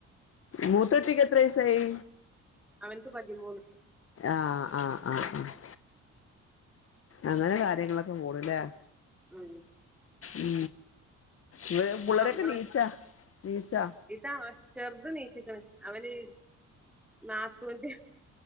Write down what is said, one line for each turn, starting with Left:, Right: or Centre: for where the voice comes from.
Left: മൂത്തട്ടിക്ക് എത്ര വയസ്സായി?
Centre: അവനിക്ക് പതിമൂന്ന്
Left: ആഹ് ആഹ് ആഹ് ആഹ് അങ്ങനെ കാര്യങ്ങളൊക്കെ പോണ്ലേ?
Centre: ഉ
Left: ഉ ഇവര് പിള്ളെരൊക്കെ
Centre: അപ്പൊ നമ്മള്
Left: നീച്ചാ നീച്ചാ?
Centre: ഇതാ ചെറുതെണീച്ച്ക്ക്ണ അവന് നാത്തൂന്റെ